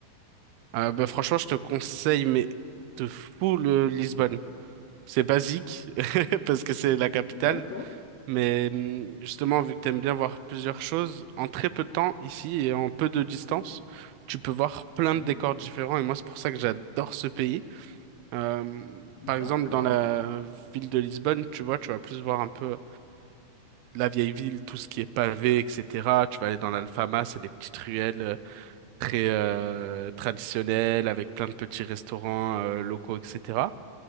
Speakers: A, on the right; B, on the left.
A: Euh, bah franchement, je te conseille, mais de fou le Lisbonne. C'est basique <laughs> parce que c'est la capitale,
B: D'accord,
A: mais hum, justement, vu que t'aimes bien voir plusieurs choses, en très peu de temps ici et en peu de distance, tu peux voir plein
B: Mhm.
A: de décors différents. Et moi, c'est pour ça que j'adore ce pays. Euh, par
B: D'accord.
A: exemple, dans la ville de Lisbonne, tu vois, tu vas plus voir un peu la vieille ville, tout ce qui est pavé, etc. Tu vas aller dans l'Alfama, c'est des petites ruelles euh, très euh, traditionnelles, avec plein de petits restaurants euh, locaux, etc.